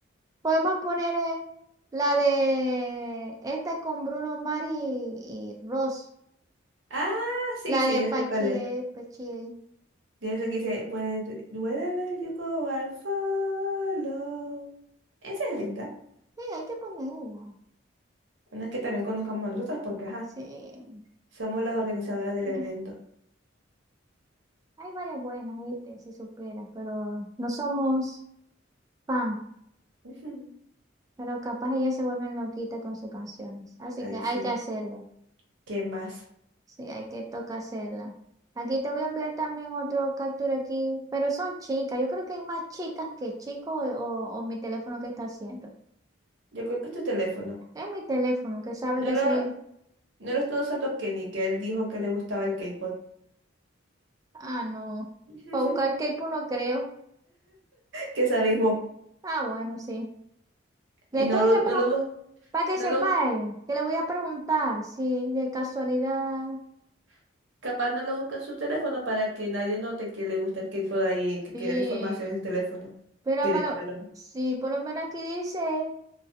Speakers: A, on the right; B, on the right.
A: Podemos poner eh, la de esta con Bruno Mars y, y Ross.
B: Ah, sí,
A: La
B: sí,
A: de
B: yo
A: Pachi,
B: sé cuál es.
A: eh, Pachi. eh.
B: Yo sé que dice, "Where- wherever you go, I'll follow. Esa es linda.
A: Sí, hay que ponerla.
B: Una es que también conozcamos a nosotras porque, ajá,
A: Sí. <laughs>
B: somos las organizadoras del
A: sí
B: evento.
A: Hay varias buenas, ¿viste? Si supieras, pero no somos fan.
B: <laughs>
A: Pero capaz ellas se vuelven loquitas con sus canciones. Así
B: Ahí
A: que hay
B: sí.
A: que hacerlo.
B: ¿Qué más?
A: Sí, hay que toca hacerla. Aquí te voy a enviar también otro captura aquí, pero son chicas. Yo creo que hay más chicas que chicos o, o o mi teléfono que está haciendo.
B: Yo creo que es tu teléfono.
A: Es mi teléfono, que sabe
B: No
A: que
B: lo,
A: soy.
B: No lo estoy usando Kenny, que él dijo que le gustaba el K-pop.
A: Ah, no.
B: <laughs>
A: Para buscar K-pop no creo.
B: ¿Qué sabéis vos?
A: Ah, bueno, sí.
B: Y
A: Le
B: no
A: tengo
B: lo,
A: que
B: no
A: preguntar,
B: lo, bus-
A: para que
B: no
A: sepa,
B: lo, bu-
A: eh, que le voy a preguntar si de casualidad.
B: <laughs> capaz no lo busca en su teléfono para que nadie note que le gusta el K-pop ahí, que
A: Sí.
B: quede la información en su teléfono.
A: Pero
B: Que
A: malo,
B: de balón.
A: sí, por lo menos aquí dice